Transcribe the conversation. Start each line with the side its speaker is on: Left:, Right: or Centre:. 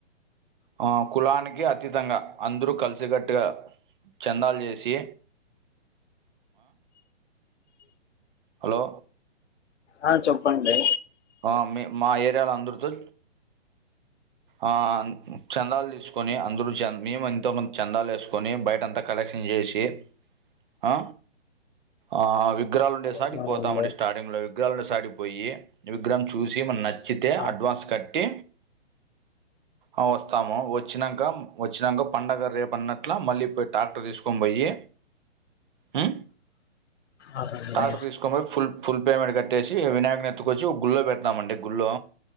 Right: ఆ కులానికి అతీతంగ అందరూ కలిసికట్టుగ చందాలు చేసి హలో
Left: ఆ చెప్పండి.
Right: ఆ మీ మా ఏరియాలో అందరుతో ఆ చందాలు తీసుకొని, అందరు చ మేము ఎంతోమంది చందాలు వేసుకొని బయట అంత కలెక్షన్ చేశి ఆ ఆ విగ్రహాలు ఉండేసాటికి
Left: అవునండి
Right: పోతామండి స్టా ర్టింగ్లో విగ్రహాలు ఉండేసోటికిపోయి విగ్రహం చూసి మనకు నచ్చితే
Left: ఆ,
Right: అడ్వాన్స్ కట్టి ఆ వస్తాము వచ్చినంక వచ్చినంక పండగ రేపు అన్నట్ల మళ్ళీ పోయి ట్రాక్టర్ తీసుకొని పోయి హ్
Left: అవునండి
Right: ట్రాక్టర్ తీసుకొనిపోయి ఫుల్ ఫుల్ పేమెంట్ కట్టేశి వినాయకుని ఎత్తు కొచ్చి ఒక గుళ్ళో పెడతామండి గుళ్ళో